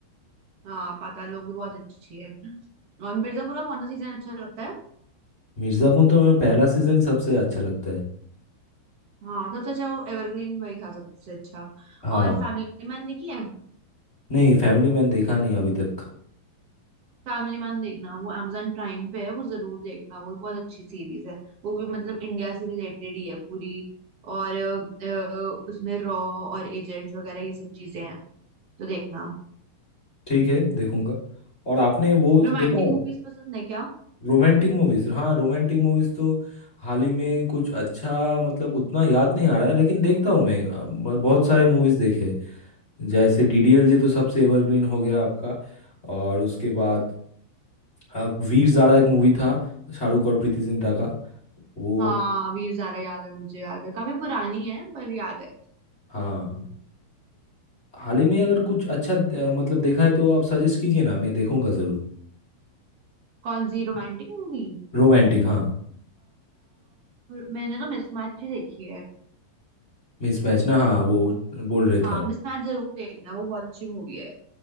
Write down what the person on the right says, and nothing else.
हाँ पाताल लोक भी बहुत अच्छी है और मिर्जापुर का कौन सा सीजन अच्छा लगता है
हाँ सबसे अच्छा वो एवरग्रीन वही था सबसे अच्छा
और फैमिली मैन देखिए
फैमिली मैन देखना वो amazon प्राइम पे है वो जरूर देखना वो बहुत अच्छी सीरीज है वो भी मतलब इंडिया से रिलेटेड ही है पूरी और अ, अ, उसमें रॉ और एजेंट्स वगैरह ये सब चीजें हैं तो देखना
रोमांटिक
मूवीज पसंद है क्या
हाँ वीर ज़ारा याद है मुझे याद है काफी पुरानी है पर याद है
हम्म।
कौन सी रोमांटिक मूवी
मैंने तो मिसमैच ही देखी
है
हाँ
मिसमैच जरूर देखना वो बहुत अच्छी मूवी है